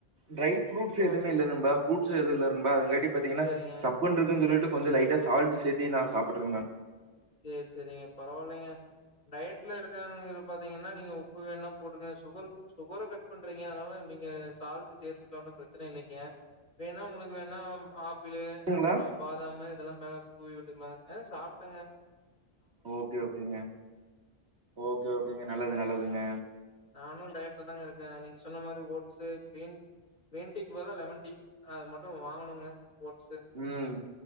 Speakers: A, on the right; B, on the left.
A: ட்ரை ஃப்ரூட்ஸ்
B: சொல்லுங்க
A: எதுமே
B: சொல்லுங்க
A: இல்ல நண்பா ஃப்ரூட்ஸ் எது இல்ல நண்பா அதுங்காட்டி பாத்தீங்கன்னா
B: சேரிங்க
A: சப்புன்னு இருக்குன் சொல்லிட்டு கொஞ்சோ லைட்டா சால்ட் சேத்தி நா சப்ட்டுருக்கே நண்
B: சேர் சேரிங்க பரவாயில்லைங்க டயட்ல இருக்கங்கறவங்கள பாத்தீங்கன்னா நீங்க உப்பு வேணா போட்டுகங்க சுகரு சுகர கட் பண்றீங்க அதனால நீங்க சால்ட்டு சேத்துக்கலா ஒன்னு பிரச்சன இல்லைங்க வேணா உங்களுக்கு வேணா ஆப் பில்லு
A: ங்களா
B: அப்புறோ பாதாமு இதெல்லா மேலே தூவி விட்டுக்கலாங்க ஏ சாப்பிட்டாங்க
A: ஓகே ஓகேங்க ஓகே ஓகேங்க நல்லது நல்லதுங்க
B: நானு டயட்ல தாங்க இருக்கேன் நீங்க சொன்ன மாதிரி ஓட்ஸு கிரீன் கிரீன் டீக்கு பதிலா லெமன் டீ அது மட்டு வாங்கணுங்க ஓட்ஸு
A: ம்